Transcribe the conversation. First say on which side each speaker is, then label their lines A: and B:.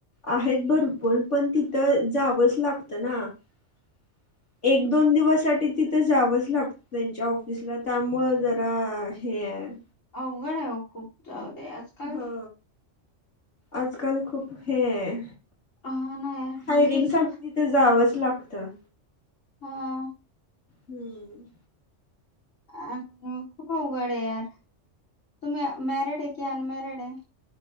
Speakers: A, on the left (about 70°); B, on the left (about 85°).
A: आहेत भरपूर पण तिथं जावंच लागत ना. रिकामा ऑडिओ एक दोन दिवसासाठी तिथं जावंच लागत त्यांच्या ऑफिसला त्यामुळं जरा हे आहे.
B: अवघड आहे हो खूप जाऊ दे आजकाल..
A: हो आजकाल खूप हे आहे.
B: हा ना यार
A: हायरिंग
B: काहीच
A: साठी तिथं जावंच लागतं.
B: हा.
A: हम्म.
B: अ ह खूप उघड आहे यार तुम्ही मॅरिड आहे कि अनमॅरिड आहे?